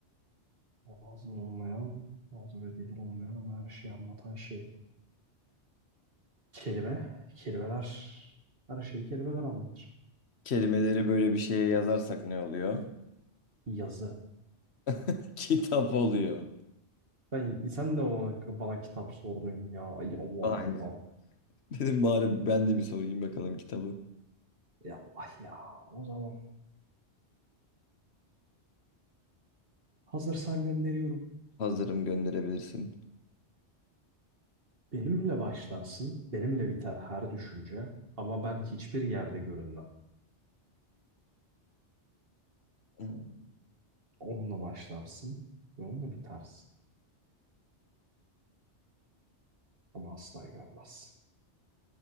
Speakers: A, on the right (about 55°); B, on the left (about 65°).
A: Ağzı olmayan, ağzı ve dili olmayan ama her şeyi anlatan şey. Kelime. Kelimeler. Her şeyi kelimeler anlatır.
B: Kelimeleri böyle bir şeye yazarsak ne oluyor?
A: Yazı.
B: <laughs> Kitap oluyor.
A: Ben, sen de bana, bana kitap sordun ya. Ay Allah'ım
B: Aynen.
A: ya.
B: Dedim bari ben de bir sorayım bakalım kitabı.
A: Ey Allah ya. O zaman hazırsan gönderiyorum.
B: Hazırım gönderebilirsin.
A: Benimle başlarsın. Benimle biter her düşünce. Ama ben hiçbir yerde görünmem.
B: Hmm.
A: Onunla başlarsın. Ve onunla bitersin. Ama asla görmezsin.